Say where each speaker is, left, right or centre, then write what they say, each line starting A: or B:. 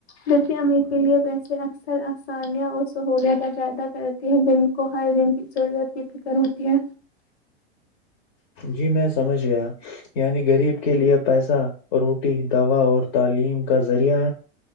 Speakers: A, on the left (about 80°); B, on the left (about 45°).
A: جیسے امیر کے لیے پیسے اکثر آسانیاں اور سہولت پیدہ کر جن کو ہر دن کی ضرورت کی فکر ہوتی ہے
B: جی میں سمجھ گیا یعنی غریب کے لیے پیسہ روٹی دوا اور تعلیم کا ذریعہ ہے